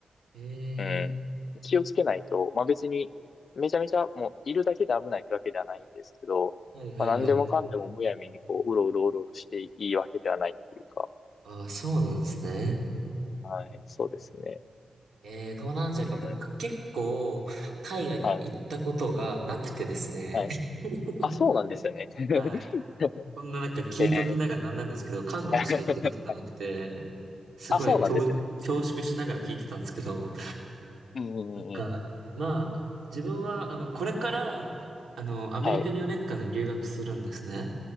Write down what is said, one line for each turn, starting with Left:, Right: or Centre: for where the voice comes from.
Right: え
Left: うん。気をつけないと、まあ別に、めちゃめちゃもういるだけで危ないってわけではないんですけど、
Right: ー、はいはいはい。
Left: まあ何でもかんでもむやみにこう、うろうろうろうろしていいわけではないっていうか、
Right: ああ、そうなんですね。
Left: はい、そうですね。
Right: えー、東南アジアか。
Left: うん。
Right: 僕結構海外には行ったことがなくてですね。
Left: はい、はい。
Right: <laughs>
Left: あ、そうなんですよね。<laughs>
Right: はい。こんななんか聞いときながらなんなんですけど、
Left: えー
Right: 韓国しか行ったことがなくて、
Left: <laughs>
Right: すごい恐、
Left: あ、そうなんですね。
Right: 恐縮しながら聞いてたんですけど、
Left: うんうんうんうん。
Right: なんか、まあ、自分は、あの、これから、あの、アメリカに4年間留学するんですね。
Left: はい。